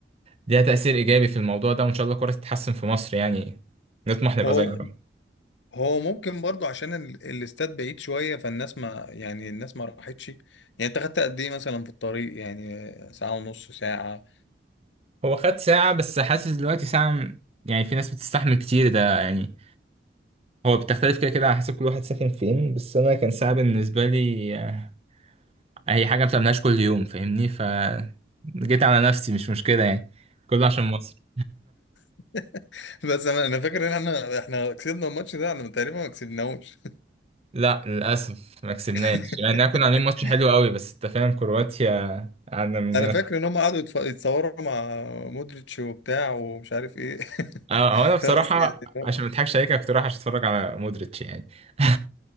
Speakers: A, on the right (about 35°); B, on the left (about 80°).
A: ليها تأثير ايجابي في الموضوع ده وان شاء الله الكورة تتحسن في مصر يعني نطمح نبقى
B: هو
A: زيها
B: هو ممكن برضو عشان ال- الاستاد بعيد شوية فالناس ما يعني الناس ما راحتش يعني انت خدت قد ايه مثلا في الطريق يعني ساعة ونص ساعة
A: هو خد ساعة بس حاسس دلوقتي ساعة م- يعني في ناس بتستحمل كتير ده يعني هو بتختلف كده كده على حسب كل واحد ساكن فين بس أنا كان ساعة بالنسبة لي آه، هي حاجة ما بتعملهاش كل يوم فاهمني ف جيت على نفسي مش مشكلة يعني كله عشان مصر
B: <laughs> بس انا انا فاكر ان احنا احنا كسبنا الماتش ده احنا تقريبا ما كسبناهوش
A: لا للأسف ما كسبناش
B: <laughs>
A: يعني احنا كنا عاملين ماتش حلو قوي بس أنت فاهم كرواتيا قعدنا مننا
B: انا فاكر ان هم قعدوا يتف- يتصوروا مع مودريتش وبتاع ومش عارف ايه <laughs>
A: اه هو أنا بصراحة
B: بس يعني
A: عشان ما أضحكش عليك أنا كنت رايح عشان أتفرج على مودريتش يعني <laughs>